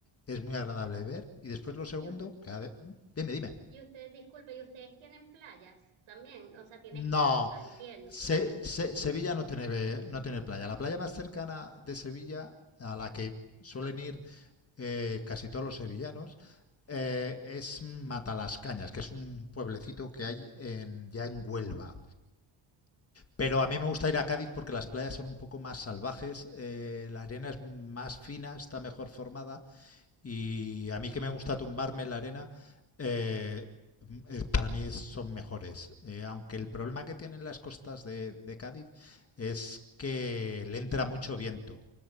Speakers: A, on the left; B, on the right.
A: es muy agradable ver. Y después lo segundo,
B: Y, us-
A: que ha de- dime, dime.
B: y ustedes, disculpe, ¿y ustedes tienen playas también? O sea, tienes
A: No,
B: costa, entiendo.
A: Se-
B: No.
A: Se- Sevilla no tiene, no tiene playa. La playa más cercana de Sevilla, a la que suelen ir eh, casi todos los sevillanos, eh, es Matalascañas, que es un pueblecito que hay en, ya en Huelva. Pero a mí me gusta ir a Cádiz porque las playas son un poco más salvajes, eh, la arena es más fina, está mejor formada y a mí que me gusta tumbarme en la arena, eh, eh, para mí es- son mejores. Eh, aunque el problema que tienen las costas de, de Cádiz es que le entra mucho viento.